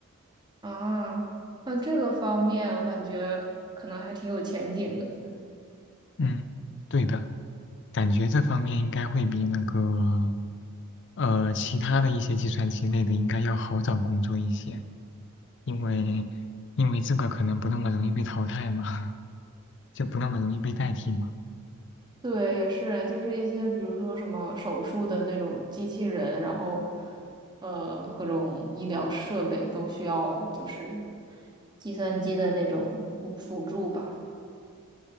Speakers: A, on the right; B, on the left.
A: 啊，那这个方面我感觉可能还挺有前景的。
B: 嗯，对的，感觉这方面应该会比那个，呃，其他的一些计算机类的应该要好找工作一些，因为因为这个可能不那么容易被淘汰嘛，<laughs> 就不那么容易被代替嘛。
A: 对，也是，就是一些比如说什么手术的那种机器人，然后呃各种医疗设备都需要就是计算机的那种辅辅助吧。